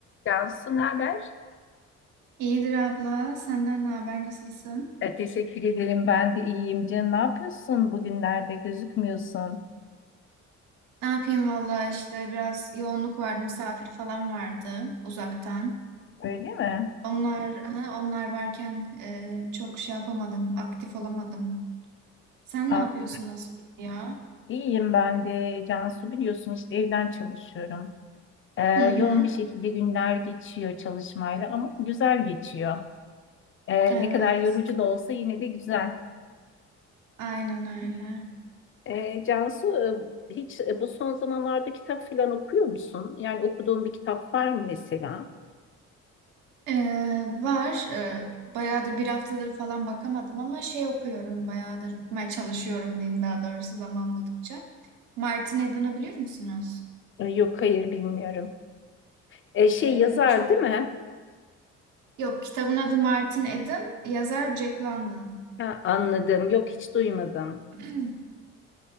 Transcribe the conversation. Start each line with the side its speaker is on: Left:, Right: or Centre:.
Left: Cansu ne haber?
Right: İyidir abla. Senden ne haber? Nasılsın?
Left: E, teşekkür ederim. Ben de iyiyim. Can, ne yapıyorsun bugünlerde? Gözükmüyorsun.
Right: Ne yapayım valla işte biraz yoğunluk vardı. Misafir falan vardı uzaktan.
Left: Öyle mi?
Right: Onlar ha, onlar varken e, çok şey yapamadım. Aktif olamadım. Sen
Left: Ah,
Right: ne yapıyorsun? Nasıl gidiyor?
Left: iyiyim ben de. Cansu biliyorsun işte evden çalışıyorum. E,
Right: Hı hı.
Left: yoğun bir şekilde günler geçiyor çalışmayla ama güzel geçiyor. E,
Right: Evet.
Left: ne kadar yorucu da olsa yine de güzel.
Right: Aynen öyle.
Left: E, Cansu, e, hiç e, bu son zamanlarda kitap falan okuyor musun? Yani okuduğun bir kitap var mı mesela?
Right: E, var. E, bayağıdır bir haftadır falan bakamadım ama şey okuyorum bayağıdır. Okumaya çalışıyorum diyeyim daha doğrusu zaman buldukça. Martin Eden'ı biliyor musunuz?
Left: E, yok, hayır bilmiyorum. E, şey
Right: Ee,
Left: yazar
Right: çok
Left: değil mi?
Right: Yok, kitabın adı Martin Eden, yazar Jack London.
Left: Ha, anladım. Yok hiç duymadım.
Right: <clears throat>